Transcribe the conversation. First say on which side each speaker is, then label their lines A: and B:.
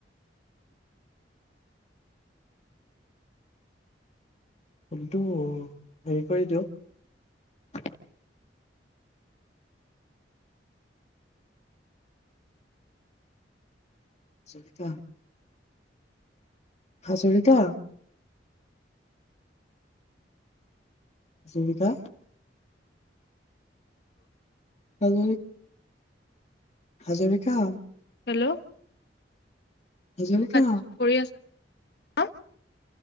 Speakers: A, on the left; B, on the left.
A: ফোনটো হেৰি কৰি দিয়ক হাজৰিকা হাজৰিকা অছুবিকা হব হাজৰিকা
B: হেল্ল'
A: হাজৰিকা
B: মই কাটিছো কৰি আছ হা